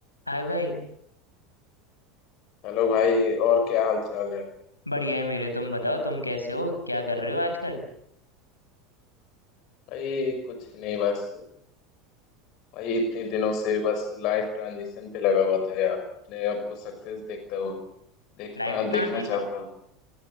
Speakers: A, on the left; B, on the left.
A: हाय भाई
B: Hello भाई और क्या हाल चाल है
A: बढ़िया है मेरे तुम बताओ तुम कैसे हो क्या कर रहे हो आजकल
B: भाई कुछ नहीं बस भाई इतने दिनों से बस लाइफ ट्रांजिशन पे लगा हुआ था यार अपने आप को सक्सेस देखता हूँ देखता
A: लाइफ ट्रांजिशन
B: देखना चाहता हूँ